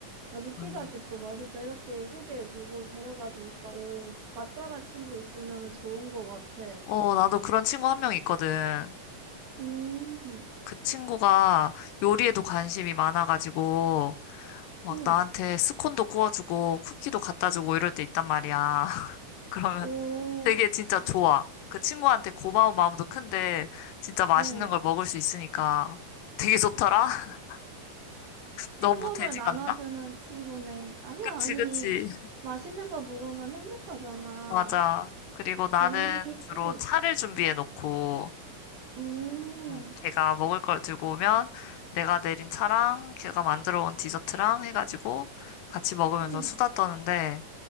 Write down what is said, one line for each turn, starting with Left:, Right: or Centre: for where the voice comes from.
Right: 여기 피자집도
Left: 아.
Right: 맛있다. 이렇게 소개해주고 데려가 주니까, 오, 맛잘알 친구 있으면 좋은 것 같아.
Left: 어, 나도 그런 친구 한 명 있거든.
Right: 음,
Left: 그 친구가 요리에도 관심이 많아가지고, 막
Right: 응,
Left: 나한테 스콘도 구워주고 쿠키도 갖다 주고 이럴 때 있단 말이야. <laughs> 그러면
Right: 오,
Left: 되게 진짜 좋아. 그 친구한테 고마운 마음도 큰데 진짜 맛있는
Right: 응.
Left: 걸 먹을 수 있으니까 되게 좋더라? <laughs> 너무
Right: 행복을
Left: 되지
Right: 나눠주는
Left: 않나?
Right: 친구네. 아니,
Left: 그치,
Right: 아니.
Left: 그치.
Right: 맛있는 거 먹으면 행복하잖아.
Left: 맞아. 그리고 나는
Right: 먹는 기,
Left: 주로
Right: 응,
Left: 차를 준비해 놓고
Right: 음,
Left: 음, 걔가 먹을 걸 들고 오면 내가 내린 차랑 걔가 만들어 온 디저트랑 해가지고 같이 먹으면서
Right: 응.
Left: 수다 떠는데